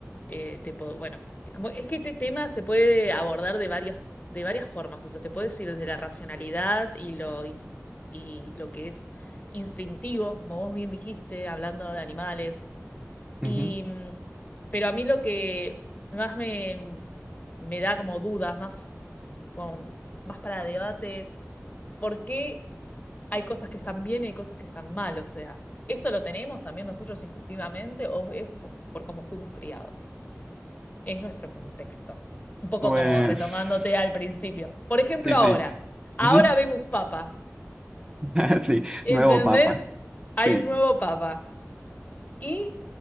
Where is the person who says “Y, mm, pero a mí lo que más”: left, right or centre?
Left